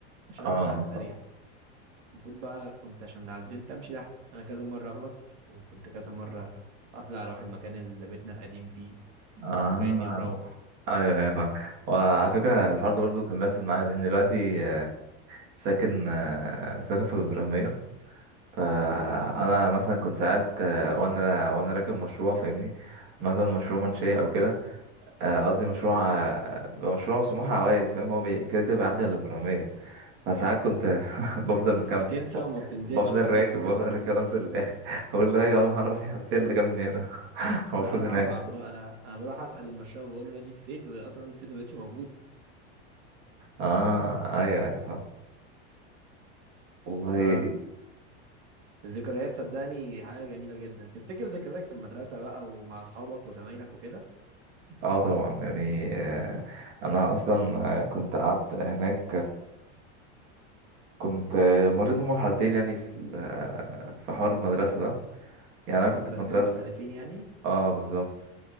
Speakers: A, on the right; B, on the right.
A: عشان
B: اه
A: انزل على السريع
B: طبعا.
A: المفروض بقى كنت عشان عزلت امشي تحت انا كذا مره اغلط وكنت كذا مره اطلع اروح المكان اللي بيتنا القديم فيه
B: اه
A: وكاني مروح
B: ايوه ايوه فاهم وعلى فكرة الحوار ده برضه كان بيحصل معايا لأن دلوقتي آه، ساكن آه، ساكن في إبراهيمية فانا مثلا كنت ساعات آه، وانا وانا راكب مشروع فاهمني مثلا مشروع منشيه او كده آه، قصدي مشروع آه، بيبقى مشروع سموحه عوائد فاهم هو بي- كده كده بيعدي على الابراهيميه فساعات كنت <laughs> بفضل مكمل
A: بتنسى
B: ب-
A: وما بتنزلش
B: بفضل
A: وتفضل
B: راكب
A: مكمل
B: بفضل راكب انزل للاخر <laughs> اقول لا يا نهار ابيض ايه اللي جابني هنا <laughs> هو المفروض
A: لا انا
B: هناك
A: اصعب بقى انا انا بروح اسال المشروع بقول له نادي السيد واصلا نادي السيد ما بقتش موجوده
B: اه ايوه ايوه فاهم والله
A: ف الذكريات صدقني حاجة جميلة جدا تفتكر ذكرياتك في المدرسة بقى ومع أصحابك وزمايلك وكده
B: اه طبعا يعني آه، انا اصلا آه، كنت قعدت هناك كنت آه، مريت بمرحلتين يعني في ال- آه، في حوار المدرسة ده يعني
A: رحت
B: أنا كنت
A: مدرستين
B: في مدرسة
A: مختلفين يعني
B: اه بالظبط